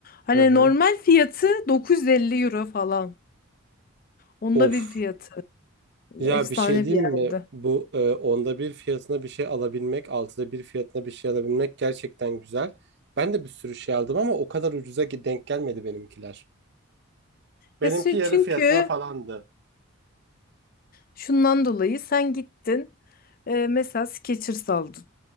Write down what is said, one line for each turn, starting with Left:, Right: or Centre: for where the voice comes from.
Left: Hani
Right: hı hı.
Left: normal fiyatı 950 euro falan. Onda
Right: Of.
Left: bir fiyatı.
Right: Ya
Left: Efsane
Right: bir şey diyeyim
Left: bir yerdi.
Right: mi? Bu e, onda bir fiyatına bir şey alabilmek, altıda bir fiyatına bir şey alabilmek gerçekten güzel. Ben de bir sürü şey aldım ama o kadar ucuza ki denk gelmedi benimkiler. Benimki
Left: Ya sü-
Right: yarı
Left: çünkü
Right: fiyatına falandı.
Left: şundan dolayı sen gittin e, mesela Skechers aldın.